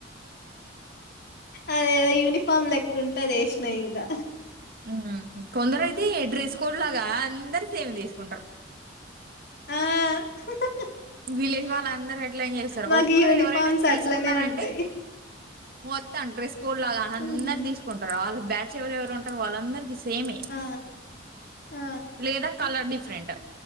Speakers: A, on the left; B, on the right.
A: అదేదో యూనిఫామ్ లెక్కుంటది నే ఇంకా
B: ఉ కొందరై తే డ్రెస్ కోడ్ లాగా అందరు సేమ్ తీసుకుంటరు
A: అ
B: విలేజ్ వాళ్ళందరు గ ట్లనే చేస్తరు
A: మాకు
B: ఒక్కరెవరైనా
A: యూనిఫార్మ్స్
B: తీసుకున్నారంటే
A: అట్లనే ఉంటాయి.
B: మొత్తం డ్రెస్ కోడ్ లాగా
A: హ్మ్.
B: అందరు తీసుకుంటారు వాళ్ళ బ్యాచ్ ఎవరెవరు ఉంటారు వాళ్ళందరికి సేమే
A: ఆ ఆ
B: లేదా కలర్ డిఫరెంట్